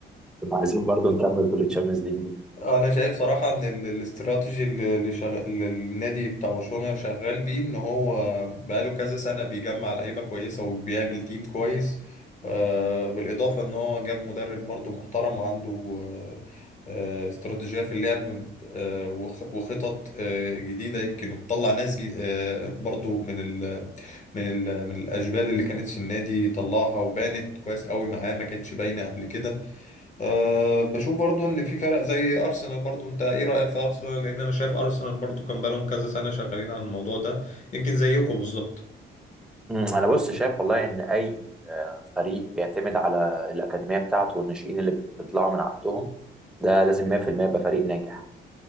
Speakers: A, in the centre; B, on the left.
A: كنا عايزين برضو نكمل في التشامبيونز ليج دي
B: انا شايف صراحه ان ال- الاستراتيجي اللي اللي شغ... اللي النادي بتاع برشلونه شغال بيه ان هو بقاله كذا سنه بيجمع لعيبه كويسه وبيعمل تيم كويس آه، بالاضافه ان هو جاب مدرب برضو محترم وعنده آه، آه، استراتيجيه في اللعب آه، وخ- وخطط آه، جديده يمكن وطلع ناس جي- آه، برضو من ال... من ال... من الاشبال اللي كانت في النادي طلعها وبانت كويس قوي معاه ما كانتش باينه قبل كده أه بشوف برضو ان في فرق زي ارسنال برضو انت ايه رايك في ارسنال لان انا شايف ارسنال برضو كان بقالهم كذا سنه شغالين على الموضوع ده يمكن زيكم بالظبط
A: مم، انا بص شايف والله ان اي آه، فريق بيعتمد على الاكاديميه بتاعته والناشئين اللي بيطلعوا من عندهم ده لازم 100% يبقى فريق ناجح